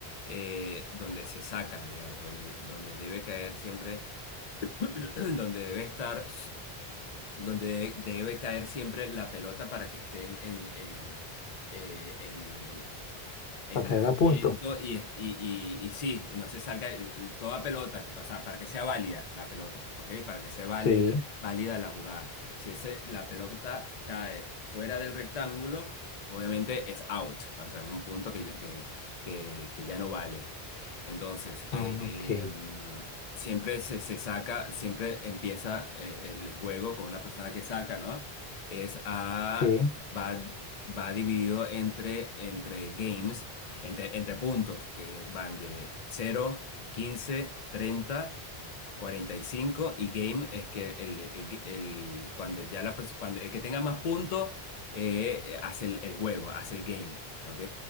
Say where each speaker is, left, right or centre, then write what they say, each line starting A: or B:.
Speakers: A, on the left; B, on the left.
A: eh, donde se saca, digamos, donde, donde debe caer siempre, <clears throat> donde debe estar donde de- debe caer siempre la pelota para que estén en, eh, eh, en, en
B: para
A: movimiento
B: que haga punto.
A: y, es- y, y, y sí, y no se salga eh, toda pelota, o sea, para que sea válida la pelota, ¿ok? Para que sea válida,
B: Sí,
A: válida la jugada. Si ese, la pelota cae fuera del rectángulo, obviamente es out, o sea, es un punto que, que, que, que ya no vale. Entonces, eh,
B: Ah, ok.
A: mm, siempre se, se saca, siempre empieza eh, el, el juego con una persona que saca, ¿no? Es a...
B: sí.
A: Va, va dividido entre, entre games entre, entre puntos que van de 0, 15, 30, 45 y cinco y game es que el, el- el- cuando ya la pers- cuando el que tenga más puntos eh, hace el, el juego, hace el game, ¿ok?